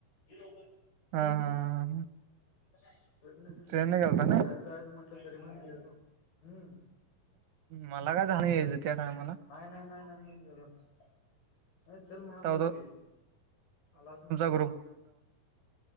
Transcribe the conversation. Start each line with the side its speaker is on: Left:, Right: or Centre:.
Left: <unintelligible>
Right: हा
Left: हम्म
Right: हा
Left: <inaudible> तेनच
Right: ट्रेन
Left: की
Right: गेलता
Left: जाय-जायच
Right: ना
Left: म्हटलं तरी पण गेलो, हम्म
Right: मला काय झालं यायचं त्या टायमाला.
Left: नाही-नाही-नाही-नाही, <unintelligible> अर चल महतोच
Right: तवा
Left: की, आलाच नाही.
Right: <unintelligible> तवा, <inaudible>